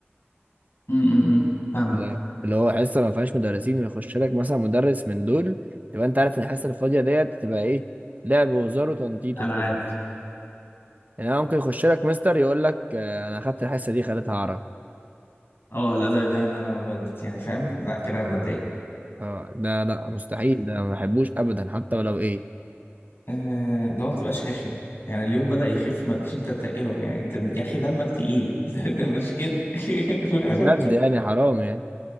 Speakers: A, on the left; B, on the right.
A: امم فاهمك
B: اللي اللي هو حصه ما فيهاش مدرسين ويخش لك مثلا مدرس من دول تبقى انت عارف ان الحصه الفاضيه ديت تبقى ايه لعب وهزار وتنطيط
A: العاب
B: وكده يعني انا ممكن يخش لك مستر يقول لك آه، انا اخدت الحصه دي خليتها عرب
A: اه لا ده ده إن انا ما بت- يعني فاهم لا كده انا بتضايق
B: اه ده لا مستحيل ده ما بحبوش ابدا حتى ولو ايه
A: آه، اللي هو ما تبقاش رخم يعني اليوم بدأ يخف ما تجيش انت تتقله يعني انت يا اخي دمك تقيل <laughs> ده, ده مش كده <laughs>
B: بجد يعني حرام يعني